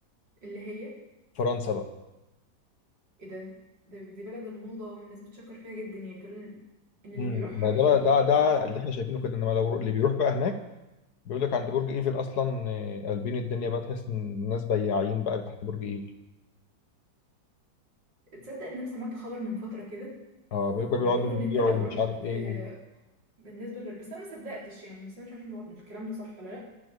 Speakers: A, on the right; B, on the left.
A: اللي هي
B: فرنسا بقى
A: ايه ده ده دي بلد الموضة والناس بتشكر فيها جدا يعني بتقول ان إن اللي
B: امم
A: بيروحها
B: ما
A: بي...
B: ده بقى ده ده
A: بيبقى اختراع
B: اللي احنا شايفينه كده انما لو اللي بيروح بقى هناك بيقول لك عند برج ايفل اصلا آه، قلبين الدنيا بقى تحس ان الناس بياعين بقى تحت برج ايفل
A: تصدق ان انا سمعت خبر من فترة كده
B: اه بيبقى
A: بيقولوا
B: بيقعدوا
A: ان
B: يبيعوا
A: انت لو
B: ومش
A: رحت
B: عارف ايه و...
A: بالنسبه لل... بس انا ما صدقتش يعني بس انا مش عارفه الموضوع- الكلام ده صح ولا لا